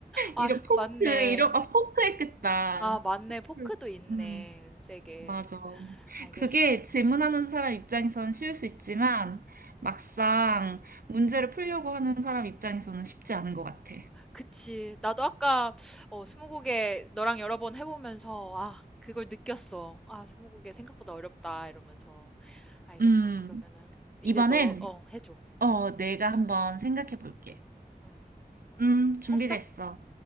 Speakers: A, in the centre; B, on the right.
A: 아
B: 이런
A: 스쿠
B: 포크,
A: 맞네.
B: 이런, 아, 포크 했겠다.
A: 아 맞네.
B: 포크.
A: 포크도 있네.
B: 음.
A: 은색에.
B: 맞아.
A: 알겠어.
B: 그게 질문하는 사람 입장에서는 쉬울 수 있지만 막상 문제를 풀려고 하는 사람 입장에서는 쉽지 않은 것 같아.
A: 그치. 나도 아까 어 스무고개 너랑 여러 번 해보면서 아 그걸 느꼈어. 아 스무고개 생각보다 어렵다 이러면서. 알겠어.
B: 음,
A: 그러면은 이제
B: 이번엔
A: 너 어 해줘.
B: 어, 내가 한번 생각해 볼게.
A: 응.
B: 음, 준비됐어.
A: 했어?